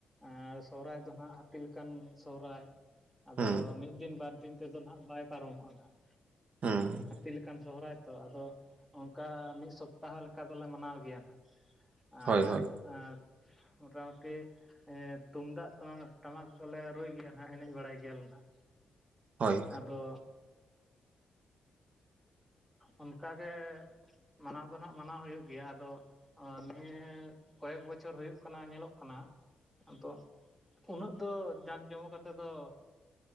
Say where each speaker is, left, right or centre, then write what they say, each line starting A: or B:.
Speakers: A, in the centre; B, on the right (about 60°).
A: ᱮᱻ ᱥᱚᱦᱨᱟᱭ ᱫᱚ ᱦᱟᱸᱜ ᱦᱟᱹᱛᱤ ᱞᱮᱠᱟᱱ ᱥᱚᱦᱨᱟᱭ᱾ ᱟᱫᱚ
B: ᱦᱩᱸ
A: ᱢᱤᱫ ᱫᱤᱱ ᱵᱟᱨ ᱫᱤᱱ ᱛᱮᱫᱚ ᱱᱦᱟᱸᱜ ᱵᱟᱭ ᱯᱟᱨᱚᱢᱚᱜ-ᱟ ᱱᱟᱦᱟᱸᱜ᱾
B: ᱦᱩᱸ
A: ᱛᱤ ᱞᱮᱠᱟᱱ ᱥᱚᱦᱨᱟᱭ ᱛᱚ ᱟᱫᱚ, ᱚᱱᱠᱟ ᱢᱤᱫ ᱥᱚᱯᱛᱟᱦᱚ ᱞᱮᱠᱟ ᱫᱚᱞᱮ ᱢᱟᱱᱟᱣ ᱜᱮᱭᱟ ᱱᱦᱟᱸᱜ᱾ ᱟᱨ,
B: ᱦᱳᱭ ᱦᱳᱭ
A: ᱟᱨ ᱢᱚᱴᱟᱢᱩᱴᱤ ᱮ ᱛᱩᱢᱫᱟᱜ ᱴᱟᱢ ᱴᱟᱢᱟᱠ ᱫᱚᱞᱮ ᱨᱩᱭ ᱜᱮᱭᱟᱭ ᱱᱦᱟᱸᱜ ᱮᱱᱮᱡ ᱵᱟᱲᱟᱭ ᱜᱮᱭᱟᱞᱮ ᱱᱦᱟᱸᱜ᱾
B: ᱦᱳᱭ
A: ᱟᱫᱚ ᱚᱱᱠᱟ ᱜᱮ ᱢᱟᱱᱟᱣ ᱫᱚ ᱱᱦᱟᱸᱜ ᱢᱟᱱᱟᱣ ᱦᱩᱭᱩᱜ ᱜᱮᱭᱟ, ᱟᱫᱚ ᱚ ᱱᱤᱭᱟᱹ ᱠᱚᱭᱮᱠ ᱵᱚᱪᱷᱚᱨ ᱦᱩᱭᱩᱜ ᱠᱟᱱᱟ ᱧᱮᱞᱚᱜ ᱠᱟᱱᱟ, ᱟᱫᱚ ᱩᱱᱟᱹᱜ ᱫᱚ ᱡᱟᱸᱠ ᱡᱚᱢᱚᱠ ᱟᱛᱮᱫ ᱫᱚ